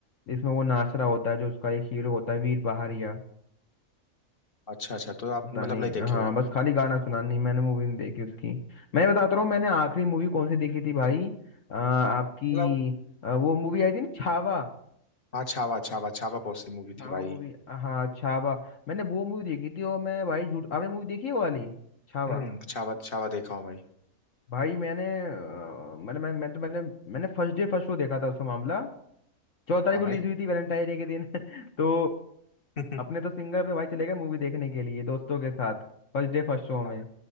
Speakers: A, on the left (about 60°); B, on the left (about 40°).
A: जिसमें वो नाच रहा होता है जो उसका एक हीरो होता है वीर पहाड़िया
B: अच्छा अच्छा तो आप
A: पता
B: मतलब
A: नहीं
B: नहीं देखे
A: हाँ
B: हो
A: बस खाली गाना सुना नहीं मैंने मूवी नहीं देखी उसकी मैं बताता रहा हूँ मैंने आखिरी मूवी कौन सी देखी थी भाई अ, आपकी
B: मतलब
A: अ, वो मूवी आई थी ना छावा
B: हाँ छावा छावा छावा बहुत सी मूवी
A: छावा
B: थी भाई
A: मूवी हाँ छावा मैंने वो मूवी देखी थी और मैं भाई झूठ आपने मूवी देखी है वो वाली छावा
B: हम्म छावा छावा देखा हूँ भाई
A: भाई मैंने अ, मतलब मैं मैं तो मैंने मैंने फर्स्ट डे फर्स्ट शो देखा था उसका मामला चौदह तारीख
B: हाँ
A: को
B: भाई
A: रिलीज हुई थी वैलेंटाइन डे के दिन <laughs> तो
B: <laughs>
A: अपने तो सिंगर अपने भाई चले गए मूवी देखने के लिए दोस्तों के साथ फर्स्ट डे फर्स्ट शो
B: हाँ
A: में
B: भाई